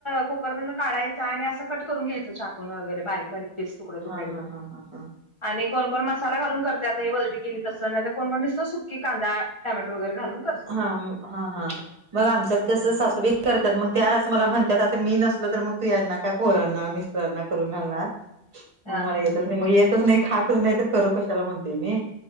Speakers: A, on the left (about 35°); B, on the right (about 30°).
A: कुकर मधन काढायचं आणि असं कट करून घ्यायचं चाकून वगैरे बारीक बारीक तुकडे
B: हा
A: तुकडे एकदम
B: हा हा हा हा
A: आणि कोण कोण मसाला घालून करत आता ते वजडी केली तस कोण कोण नुसत सुकी कांदा टोमॅटो वगैरे घालून करते
B: हा हा हा मग आमच्यात
A: हम्म
B: कस सासूबाई करतात मग त्याच मला म्हणतात आता मी नसलो तर मग तू यांना काय पोरांना मिस्टरांना करून घालणार मग
A: हा
B: मला
A: हा
B: येतच नाही मग येतच नाही खातच नाही तर करू कशाला म्हणते मी